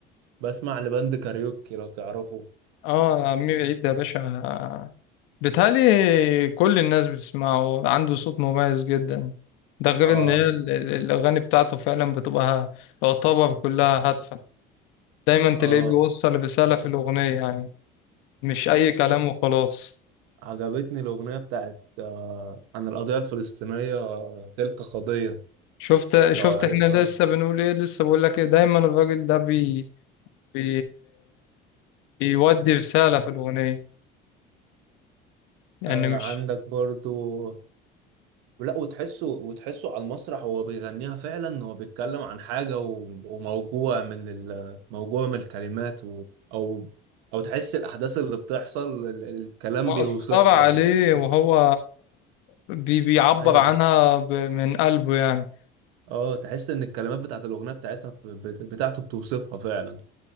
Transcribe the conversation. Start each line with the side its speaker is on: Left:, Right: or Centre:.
Right: بسمع لبند كاريوكي لو تعرفه
Left: اه يا عمي بعيد يا باشا بيتهيألي كل الناس بتسمعه عنده صوت مميز جدا ده غير
Right: اه
Left: ان هي ال- ال- الاغاني بتاعته فعلا بتبقى يعتبر كلها هادفة دايما تلاقيه
Right: اه
Left: بيوصل رسالة في الاغنية يعني مش اي كلام وخلاص
Right: عجبتني الأغنية بتاعت آه عن القضية الفلسطينية آه، تلك قضية
Left: شفت شفت
Right: لو عارفها
Left: احنا لسه بنقول ايه لسه بقول لك ايه دايما الراجل ده بي بي بيودي رسالة في الأغنية يعني
Right: آه
Left: مش
Right: عندك برضو لا وتحسه وتحسه على المسرح وهو بيغنيها فعلا هو بيتكلم عن حاجة و... وموجوع من ال... موجوع من الكلمات و... أو أو تحس الأحداث اللي بتحصل ال... الكلام
Left: مقصر
Right: بيوصفها
Left: عليه
Right: ب...
Left: وهو بي بيعبر
Right: أيوه
Left: عنها ب- من قلبه يعني
Right: اه تحس ان الكلمات بتاعت الاغنيه بتاعتها ب- بت- بتاعته بتوصفها فعلا